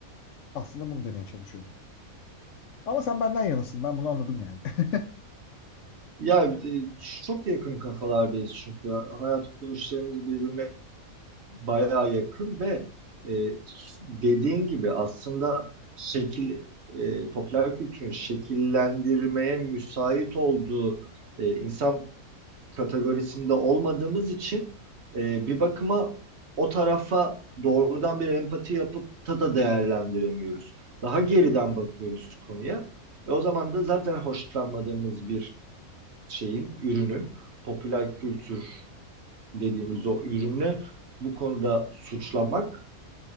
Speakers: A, on the left; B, on the right.
A: Aslında bunu demeye çalışıyordum. Ama sen benden yanasın. Ben bunu anladım yani. <laughs>
B: Ya e, çok yakın kafalardayız çünkü. Hayat görüşlerimiz birbirine bayağı yakın ve e, dediğin gibi aslında şekil e, popüler kültürün şekillendirmeye müsait olduğu e, insan kategorisinde olmadığımız için e, bir bakıma o tarafa doğrudan bir empati yapıp da da değerlendiremiyoruz. Daha geriden bakıyoruz konuya. Ve o zaman da zaten hoşlanmadığımız bir şeyin, ürünün, popüler kültür dediğimiz o ürünü bu konuda suçlamak